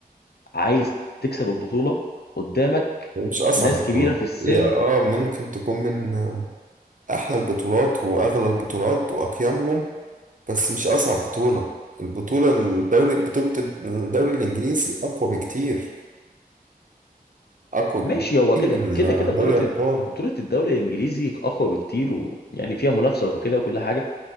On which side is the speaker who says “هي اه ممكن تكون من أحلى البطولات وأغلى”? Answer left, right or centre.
Right